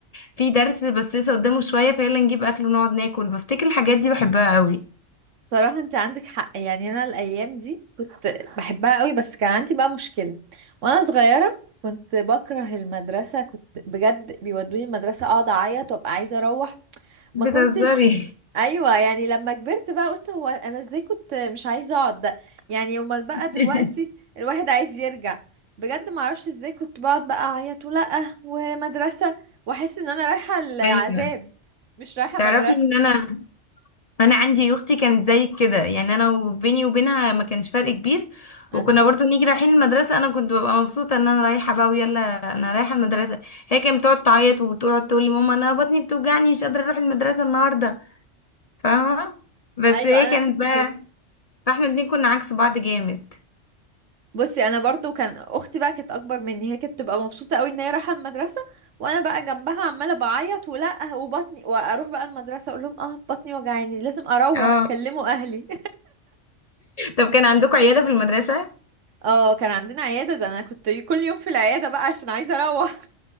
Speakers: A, on the left; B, on the right.
A: في درس بس لسه قدامه شوية فيلا نجيب اكل ونقعد ناكل بفتكر الحاجات دي بحبها قوي
B: بصراحة انت عندك حق يعني انا الايام دي كنت بحبها قوي بس كان عندي بقى مشكلة وانا صغيرة كنت بكره المدرسة كنت بجد بيودوني المدرسة اقعد اعيط وابقى عايزة اروح ما
A: بتهزري
B: كنتش ايوه يعني لما كبرت بقى قلت هو انا ازاي كنت مش عايزه اقعد ده يعني امال بقى
A: <laughs>
B: دلوقتي الواحد عايز يرجع بجد ما اعرفش ازاي كنت بقعد بقى اعيط ولا ومدرسه واحس ان انا رايحه العذاب
A: ايوه
B: مش رايحه
A: تعرفي
B: مدرسه
A: ان انا انا عندي اختي كانت زي كده يعني انا وبيني وبينها ما كانش فرق كبير
B: أه.
A: وكنا برضو نيجي رايحين المدرسة انا كنت ببقى مبسوطة ان انا رايحة بقى ويلا انا رايحة المدرسة هي كانت بتقعد تعيط وتقعد تقول لي ماما انا بطني بتوجعني مش قادرة اروح المدرسة النهاردة فاهمة بس
B: ايوه
A: هي
B: انا
A: كانت
B: كنت
A: بقى
B: كده
A: فاحنا الاتنين كنا عكس بعض جامد
B: بصي انا برضو كان اختي بقى كانت اكبر مني هي كانت تبقى مبسوطه قوي ان هي رايحه المدرسه وانا بقى جنبها عماله بعيط ولا وبطني واروح بقى المدرسه اقول لهم اه بطني وجعاني لازم اروح
A: اه
B: كلموا اهلي
A: طب كان عندكم عيادة في المدرسة
B: اه كان عندنا عيادة ده انا كنت كل يوم في العيادة بقى عشان عايزة اروح